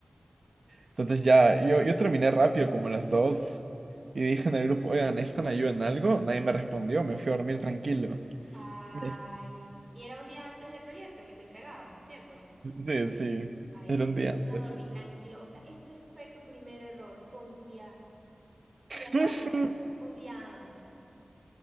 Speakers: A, on the right; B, on the right.
A: entonces
B: Ok.
A: ya, yo, yo terminé rápido, como a las dos. Y dije en el grupo, oigan, ¿necesitan ayuda en algo? Nadie me respondió, me fui a dormir tranquilo.
B: Ay,
A: Me-
B: y era un día antes del proyecto que se entregaba, ¿cierto?
A: Sí, sí,
B: Ay,
A: era un
B: tú
A: día
B: te fuiste
A: antes.
B: a dormir tranquilo. O sea, eso es- fue tu primer error, confiar. Y aparte,
A: <laughs>
B: un día antes.